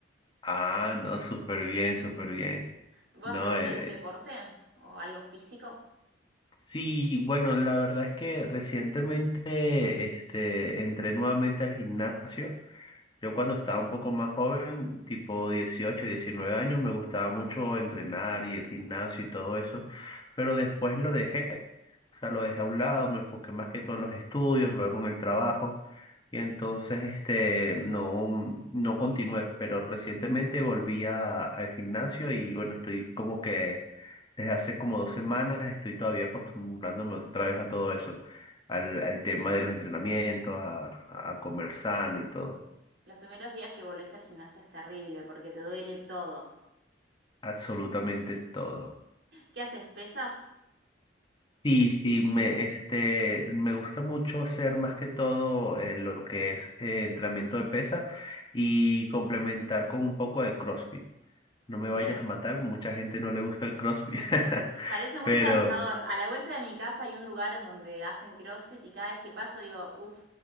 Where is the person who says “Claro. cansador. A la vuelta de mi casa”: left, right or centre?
Right